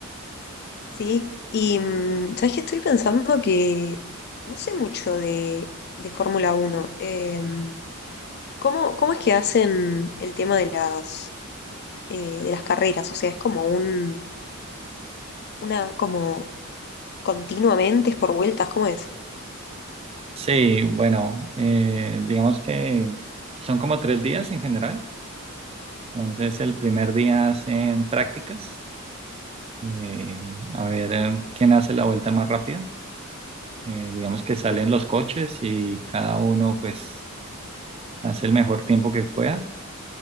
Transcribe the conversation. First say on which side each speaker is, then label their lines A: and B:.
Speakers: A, on the left; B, on the right.
A: Sí. Y, mm, ¿sabes qué? Estoy pensando que no sé mucho de, de Fórmula uno. Em, ¿cómo, cómo es que hacen el tema de las, eh, de las carreras? O sea, es como un... Una, como Continuamente es por vueltas, ¿cómo es?
B: Sí, bueno, eh, digamos que son como tres días en general. Entonces, el primer día hacen prácticas, eh, a ver eh, quién hace la vuelta más rápida. Eh, digamos que
A: Ujú.
B: salen los coches y cada uno pues hace el mejor tiempo que pueda.